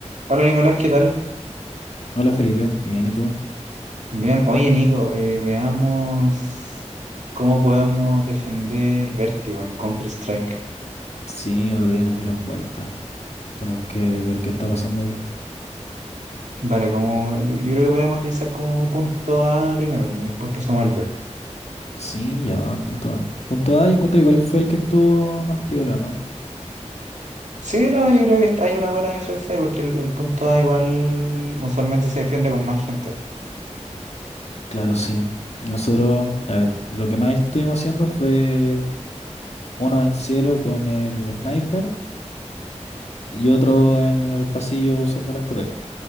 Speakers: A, on the right; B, on the left.
A: Hola Nicolás, ¿qué tal?
B: Hola Felipe, bien, ¿y tú?
A: Bien, oye Nico, eh, veamos cómo podemos defender Vertigo en Counter-Strike.
B: Sí, otro día nos dieron vuelta. Tenemos que ver qué está pasando ahí.
A: Vale, como, yo, yo creo que podríamos analizar como punto A primero y después pasamos al B.
B: Sí, ya vamos al punto A. Punto A, yo encuentro igual fue el que estuvo más piola, ¿no?
A: Sí, no, yo creo que está- hay una buena defensa ahí porque el, el punto A igual usualmente se defiende con más gente.
B: Claro, sí. Nosotros, a ver, lo que más estuvimos haciendo fue uno en cielo con el sniper y otro en el pasillo usando la escopeta.